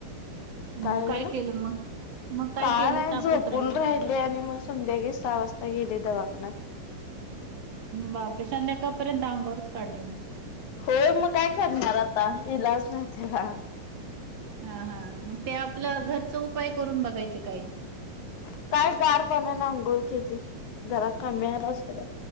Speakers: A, on the right (about 60°); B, on the left (about 70°).
A: मग
B: काय झाला
A: केलं मग? मग
B: काय
A: केलं
B: नाही
A: ताप
B: जोपून
A: उतरायचा?
B: राहायच. आणि मग संध्याकाळी सहा वाजता गेले दवाखान्यात,
A: बापरे संध्याकापर्यंत अंगावरच काढलं मग,
B: होय मग काय करणार आता इलाज नाही त्याला
A: हा हा मग ते आपलं घरचा उपाय करून बघायचे काय,
B: काय गारपणान आंघोळ केली जरा कमी आला ोडं